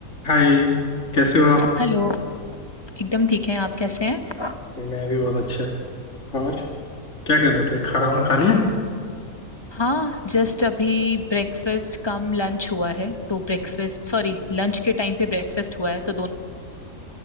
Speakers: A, on the left (about 55°); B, on the left (about 20°).
A: हाय कैसे हो आप
B: हेलो एकदम ठीक है आप कैसे हैं
A: मैं भी बहुत अच्छा और क्या कर रहे थे खाना वाना खा लिया
B: हाँ जस्ट अभी ब्रेकफास्ट कम लंच हुआ है तो ब्रेकफास्ट सॉरी लंच के टाइम पे ब्रेकफास्ट हुआ है तो दोनों